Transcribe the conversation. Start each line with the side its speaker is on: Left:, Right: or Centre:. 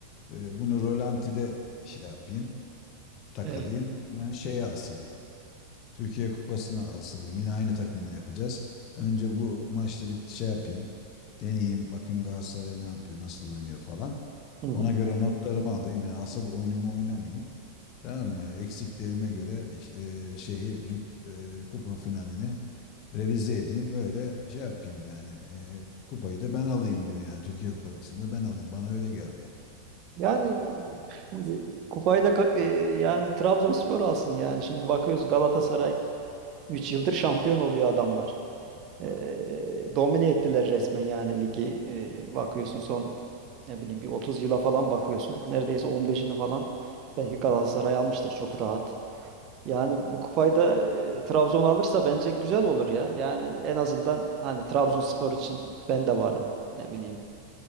Left: Ee, bunu rolantide şey yapayım, takılayım.
Right: Evet.
Left: Ben şeye asılayım. Türkiye Kupası'na asılayım. Yine aynı takımla yapacağız. Önce bu maçta bir şey yapayım. Deneyeyim bakayım Galatasaray ne yapıyor, nasıl oynuyor falan.
Right: Hı hı.
Left: Ona göre notlarımı alayım. Yani asıl oyunumu oynamayayım. Tamam mı? Eksiklerime göre e, şeyi cum- e, kupa finalini revize edeyim. Öyle şey yapayım yani. E, kupayı da ben alayım diyor yani. Türkiye kupasında ben alayım. Bana öyle geldi.
Right: Yani şimdi kupayı da ka- e, yani Trabzonspor alsın yani. Şimdi bakıyoruz Galatasaray 3 yıldır şampiyon oluyor adamlar. Eee, domine ettiler resmen yani ligi. Eee, bakıyorsun son ne bileyim bir 30 yıla falan bakıyorsun. Neredeyse 15'ini falan belki Galatasaray almıştır çok rahat. Yani bu kupayı da eee, Trabzon alırsa bence güzel olur ya. Yani en azından hani Trabzonspor için ben de varım ne bileyim.